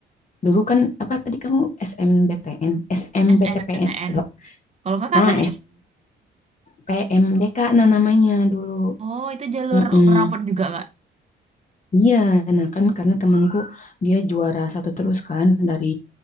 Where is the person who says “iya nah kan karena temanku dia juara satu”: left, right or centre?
Left